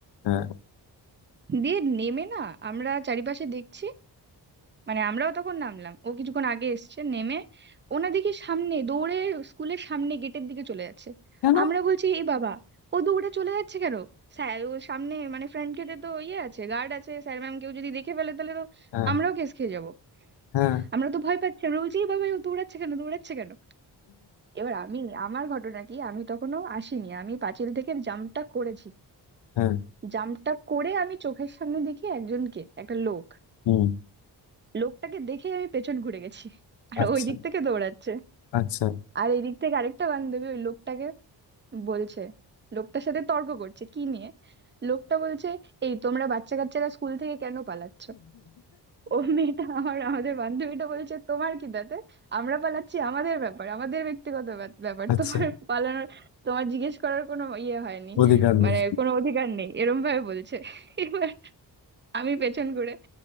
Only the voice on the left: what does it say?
হ্যাঁ
কেন
হ্যাঁ
হ্যাঁ
হ্যাঁ
হুম
আচ্ছা
আচ্ছা
আচ্ছা
অধিকার নেই